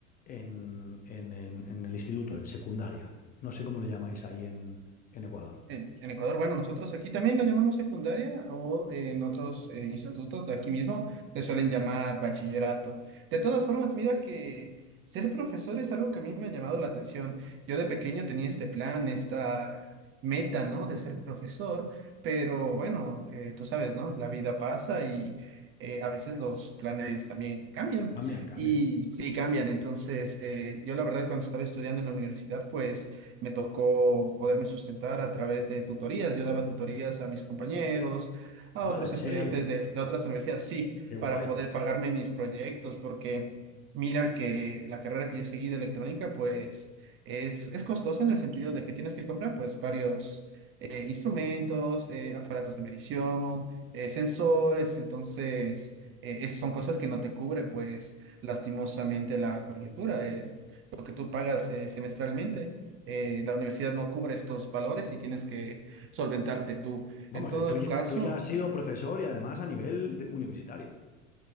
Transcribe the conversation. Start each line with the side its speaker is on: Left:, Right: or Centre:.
Left: en, en el, en el instituto, en secundaria. No sé cómo le llamáis ahí en, en Ecuador.
Right: En, en Ecuador, bueno, nosotros aquí también lo llamamos secundaria o eh, en otros eh, institutos de aquí mismo le suelen llamar bachillerato. De todas formas, mira que ser profesor es algo que a mí me ha llamado la atención. Yo de pequeño tenía este plan, esta meta, ¿no? De ser profesor, pero bueno, eh, tú sabes, ¿no? La vida pasa y eh, a veces los planes también cambian.
Left: Cambian, cambian.
Right: Y sí, cambian. Entonces, eh, yo la verdad cuando estaba estudiando en la universidad, pues me tocó poderme sustentar a través de tutorías. Yo daba tutorías a mis compañeros, a
Left: ¡Hala,
Right: otros
Left: en
Right: estudiantes
Left: serio!
Right: de, de otras universidades, sí,
Left: ¡Qué guay!
Right: para poder pagarme mis proyectos, porque mira que la carrera que yo seguí de electrónica, pues es, es costosa en el sentido de que tienes que comprar pues varios eh, instrumentos, eh, aparatos de medición, eh, sensores, entonces... eh, es- son cosas que no te cubre, pues, lastimosamente la colegiatura, el- lo que tú pagas eh, semestralmente eh, la universidad no cubre estos valores y tienes que solventarte tú.
Left: Vamos,
Right: En todo
Left: que tú, ya-
Right: caso,
Left: tú ya has sido profesor y además a nivel de- universitario.